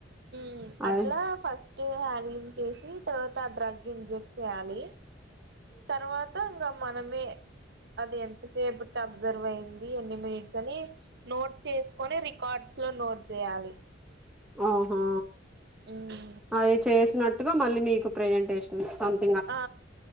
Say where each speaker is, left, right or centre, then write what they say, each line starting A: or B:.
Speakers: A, on the right (about 60°); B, in the centre.
A: మ్ అట్లా
B: అదే
A: ఫస్ట్ హ్యాండ్లింగ్ చేసి ఆ తర్వాత ఆ డ్రగ్ ఇంజెక్ట్ చేయాలి తర్వాత ఇంక మనమే అది ఎంతసేపుటికి అబ్జర్వ్ అయింది ఎన్ని మినిట్స్ అని నోట్ చేసుకొని రికార్డ్స్ లో నోట్ చేయాలి
B: ఆహా
A: ఉమ్
B: అది చేసినట్టుగా మళ్ళీ మీకు ప్రెజెంటేషన్ అంతే
A: ఆ